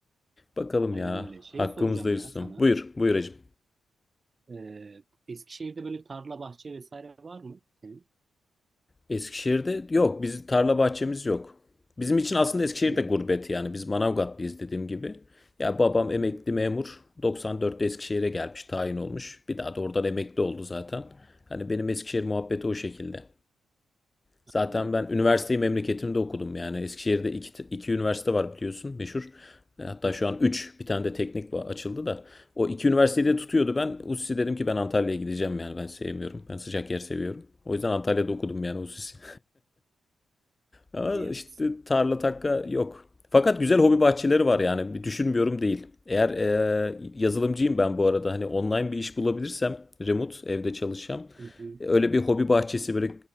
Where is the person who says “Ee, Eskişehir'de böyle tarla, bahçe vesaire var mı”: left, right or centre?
Right